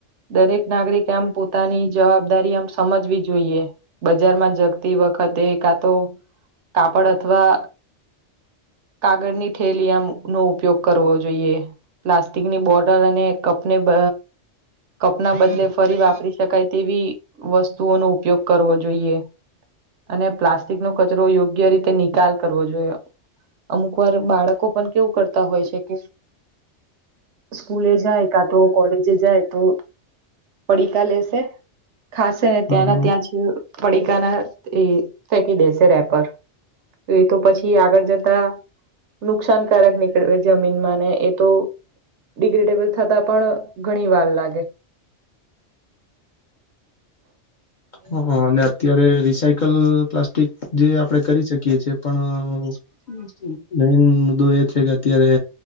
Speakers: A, on the right; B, on the left.
A: દરેક નાગરિકે આમ પોતાની જવાબદારી આમ સમજવી જોઈએ. બજારમાં જતી વખતે કા તો કાપડ અથવા કાગળની થેલી આમનો ઉપયોગ કરવો જોઈએ. પ્લાસ્ટિકની બોટલ અને કપ ને બ કપના બદલે ફરી વાપરી શકાય તેવી વસ્તુઓનો ઉપયોગ કરવો જોઈએ. અને પ્લાસ્ટિનો કચરો યોગ્ય રીતે નિકાલ કરવો જોઈએ. અમુક વાર બાળકો પણ કેવું કરતા હોય છે કે, સ્કૂલે જાય કા તો કોલેજે જાય તો પડીકા લેશે. ખાસેને ત્યાંના,
B: હા હા
A: ત્યાં જ પડીકાના એ ફેંકી દેશે રેપર. એ તો પછી આગળ જતા નુકસાનકારક નીકળવે જમીનમાં ને એ તો, ડિગ્રેડેબલ થતા પણ ઘણી વાર લાગે.
B: હ, અને અત્યારે રિસાયકલ પ્લાસ્ટિક જે આપણે કરી શક કયે છે પણ <unintelligible> મુદ્દો એ છે કે અત્યારે